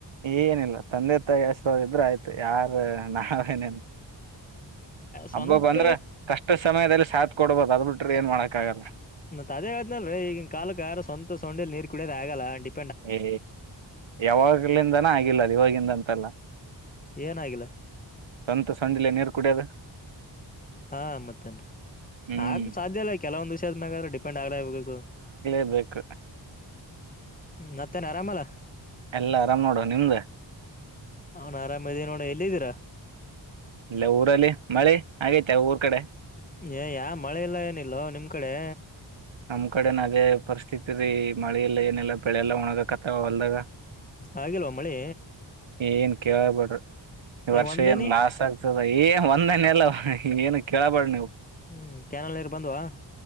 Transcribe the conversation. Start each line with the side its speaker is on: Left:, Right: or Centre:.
Right: ಏನಿಲ್ಲ ತಂದೆ ತಾಯಿ ಆಶೀರ್ವಾದ ಇದ್ರೆ ಆಯ್ತು ಯಾರ ನಾವೇನೇನ್.
Left: ಸ್ವಂತ
Right: ಹಬ್ಬ ಬಂದ್ರೆ ಕಷ್ಟ ಸಮಯದಲ್ಲಿ ಸಾತ್್ ಕೊಡ್ಬೋದು ಅದ ಬಿಿಟ್ರೆ ಏನ್ ಮಾಡಕ್ಕ ಆಗಲ್ಲ.
Left: ಮತ್ತತ್ ಅದೇತನಲ್ರಿ ಈಗ ಕಾಲಕ್ ಯಾರ ಸ್ವಂತ ಸೊಂಡಲಿ ನೀರ್ ಕುಡಿಯದ ಆಲ್ಲ ಅಂಟಿ.
Right: ಏ ಯಾವಾಗ್ಲಿಂದನ ಆಗಿಲ್ಲ ಅದು ಇವಾಗಿಂದ ಅಂತಲ್ಲ.
Left: ಏನಾಗಿಲ್ಲ.
Right: ಸಂತ ಸಂಜಲೆ ನೀರು ಕುಡಿಯದ.
Left: ಹಾ ಮತ್ತೇನೆ.
Right: ಹ್ಮ್
Left: ಆಗ್ ಸಾಧ್ಯ ಇಲ್ಲ ಕೆಲವೊಂದು ವಿಷ ಆದ್ಯಾದ್ರ ಪಂಡ್ ಆಗ್ಲೇಬೇಕ.
Right: ಅದೇಕ.
Left: ಹ್ಮ ಮತ್ತೇನೆ ಅರಾಮಲ್ಲ.
Right: ಎಲ್ಲ ಆರಾಮ್ ನೋಡುವ ನಿಮ್ದೇ.
Left: ಅವಾನ್ ಆರಾಮ ಇದ ನೋಡ ಎಲ್ಲಿದ್ದೀರಾ.
Right: ಇಲ್ಲ ಊರಲ್ಲಿ ಮಳೆ ಆಗೈತೆ ಊರ್ ಕಡೆ.
Left: ಏ ಯಾ ಮಳೆ ಇಲ್ಲ ಏನಿಲ್ಲವ ನಿಮ್ ಕಡೆ.
Right: ನಮ್ ಕಡೆ ನ ಅದೇ ಪರಿಸ್ಥಿತಿ ರೀ ಮಳೆಲ್ಲ ಏನೆಲ್ಲ ಬೆಳೆಲ್ಲ ಒಣಗಕತ್ತ. ಅಲ್ದಾಗ
Left: ಆಗಿಲ್ವಾ ಮಳಿ
Right: ಏನ್ ಕಳ್ಬಡ್ರಿ. ಈ
Left: ಏ
Right: ವರ್ಷ
Left: ಒಂದನಿ
Right: ಏನ್ ಲಾಸ್ ಆಗ್ತದ ಏನ್ ಒಂದನ ಎಲ್ಲ ಏನು ಕೇಳಬೇಡ ನೀವು.
Left: ಹ್ಮ್ ಕ್ಯಾನಲ್ನರ್ ಬಂದ್ವಾ.